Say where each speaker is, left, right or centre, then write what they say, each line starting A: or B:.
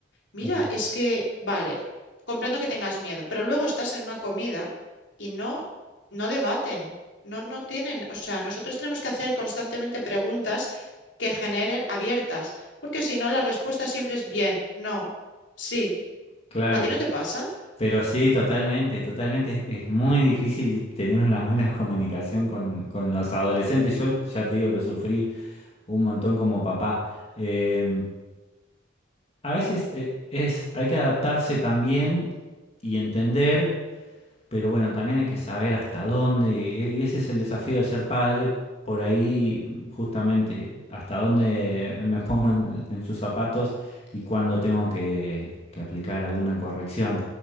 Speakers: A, on the left (about 70°); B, on the left (about 30°).
A: Mira,
B: Ah,
A: es que, vale, comprendo que tengas miedo, pero luego estás en una comida y no, no debaten, no, no tienen, o sea, nosotros tenemos que hacer constantemente preguntas que generen abiertas, porque si no, la respuesta siempre es bien, no, sí.
B: Claro.
A: ¿A ti no te pasa?
B: Pero sí, totalmente, totalmente. Es, muy difícil tener una buena <laughs> comunicación con, con los adolescentes. Yo ya te digo, lo sufrí un montón como papá. Eh, a veces eh, es, hay que adaptarse también y entender pero bueno, también hay que saber hasta dónde, y y ese es el desafío de ser padre, por ahí justamente, hasta dónde me pongo en, en sus zapatos y cuándo tengo que, que aplicar alguna corrección.